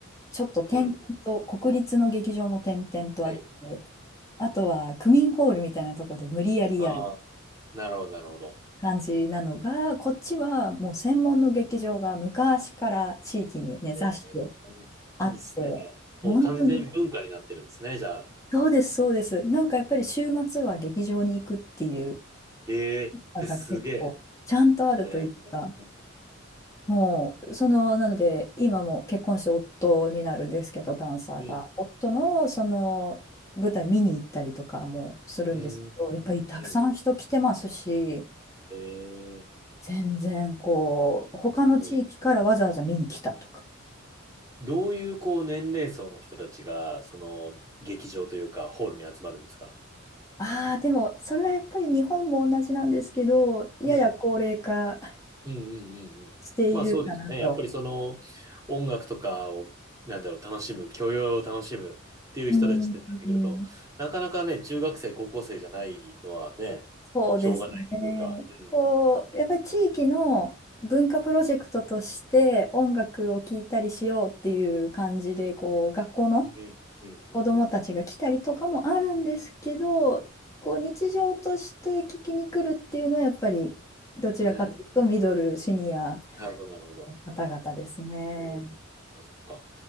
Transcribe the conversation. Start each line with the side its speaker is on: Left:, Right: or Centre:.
Left: ちょっと点々と、
Right: うん。
Left: 国立の劇場も点々とあって、
Right: はい。
Left: あとは区民ホールみたいなとこで無理やりやる
Right: ああ、なるほど、なるほど。
Left: 感じなのが、こっちはもう専門の劇場が昔から地域に根ざして
Right: えー、
Left: あって、
Right: いいっすね。もう完全文化になってるんですね、
Left: 本当に、
Right: じゃあ。
Left: そうです、そうです。なんかやっぱり週末は劇場に行くっていう
Right: ええすげえ。
Left: のが結構ちゃんとあるというか、
Right: えー、
Left: もう、その、なので、今も結婚して夫になるんですけど、ダンサーが。
Right: うん、
Left: 夫の、その、舞台見に行ったりとかもするんですけど、
Right: うん、
Left: やっぱりたくさん人来てますし、
Right: うん。えー、
Left: 全然こう、他の地域からわざわざ見に来たとか。
Right: すごい。どういう、こう、年齢層の人たちが、その、劇場というか、ホールに集まるんですか
Left: ああ、でもそれはやっぱり日本も同じなんですけど、やや高齢化
Right: うんうんうんうんうん。
Left: しているかなと。
Right: まあそうですね。やっぱりその音楽とかを、なんだろう、楽しむ、教養を楽しむっていう人たちってなってくると、
Left: うん、うん、
Right: なかなかね、中学生、高校生じゃないのはね、
Left: そうですね。
Right: しょうがないというか。うん。
Left: こう、やっぱり地域の文化プロジェクトとして音楽を聴いたりしようっていう感じで、こう、学校の
Right: うんうんう
Left: 子供たちが来たりとかもあるんですけど、こう日常として聞きに来るっていうのはやっぱりどちらかというとミドル、
Right: ん。うん。
Left: シニア
Right: なるほど、なるほど。
Left: の方々ですね。
Right: うん。そっか、そっか。